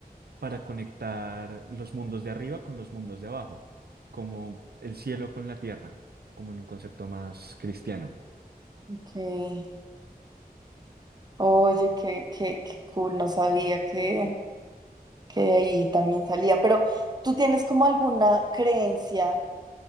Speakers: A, on the right (about 80°); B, on the right (about 25°).
A: para conectar los mundos de arriba con los mundos de abajo, como el cielo con la tierra, como en un concepto más cristiano.
B: Ok. Oye, qué, qué, qué cool, no sabía que, que de ahí también salía. Pero, ¿tú tienes como alguna creencia?